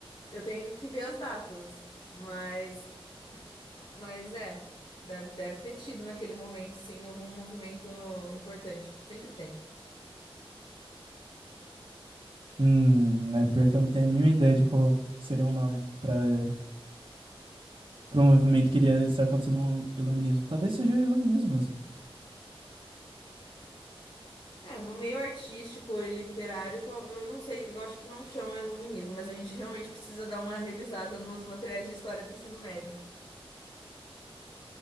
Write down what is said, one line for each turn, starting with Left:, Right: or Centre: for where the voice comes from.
Left: Eu tenho que ver as datas, mas, mas é, deve, deve ter tido naquele momento, sim, algum movimento importante. Sempre tem.
Right: Hum, é pior que eu não tenho nenhuma ideia de qual seria um nome para para um movimento que iria estar acontecendo no iluminismo. Talvez seja iluminismo mesmo.
Left: É, no meio artístico e literário, tal- eu não sei, eu acho que não chama iluminismo, mas a gente realmente precisa dar uma revisada nos materiais de história do ensino médio.